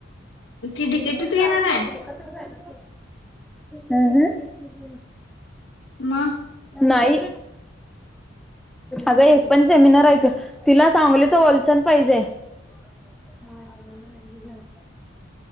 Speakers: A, on the left (about 60°); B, in the centre.
A: ती डिकेटीत
B: एक तर
A: घेणार
B: जाव कि
A: आहे
B: ए तर जाय ना हम्म हम्म
A: मग
B: नाही अगं एक पण सेमिनार आहे तिला सांगलीच होलसेल पाहिजे हाय हा